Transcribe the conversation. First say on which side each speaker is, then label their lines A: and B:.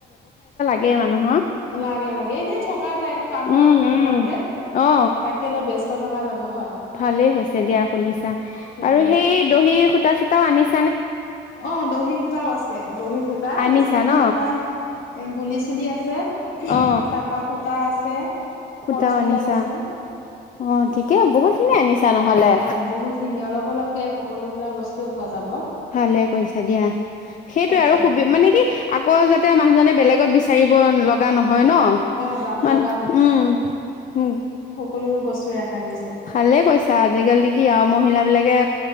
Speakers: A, on the left (about 40°); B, on the left (about 75°).
A: এই মানুহ
B: লাগে লাগে এনে থকা যায় একো কাম বনো
A: উম
B: নোহোৱাকে
A: উম অ
B: তাকে লৈ ব্যস্ত থকা যাব হয়।
A: ভালেই হৈছে দিয়া খুলিছা
B: সেইটোৱে
A: আৰু সেই দহি খু তা চোতা আনি-
B: অ দহি সূতাও আছে দহি সূতা
A: আনিছা
B: মেচিনৰ
A: ন
B: তোমাৰ গুলি চুলি আছে
A: অ
B: তাপা সূতা আছে। ছে
A: সূতাও
B: ফলছবিলাক
A: আনিছা
B: আছে
A: অ ঠিকেই বহুত খিনি আনিছা নহলে
B: অ', বহুতখিনি অলপ অলপকে সকলো বিলাক বস্তুৱে পোৱা যাব
A: ভালে কৈছা দিয়া সেইটোৱে
B: তাকে
A: আৰু সুবি মানে কি আক আকৌ যাতে মানুজনে বেলেগত বিচ চাৰিব লগা নহয় ন
B: অ', যাব
A: মান
B: লগা
A: উম উ
B: কোনো বস্তু ৰাখা গৈছে।
A: ভালে কৈছা আজিকালি কি আৰু মহিলা বিলাকে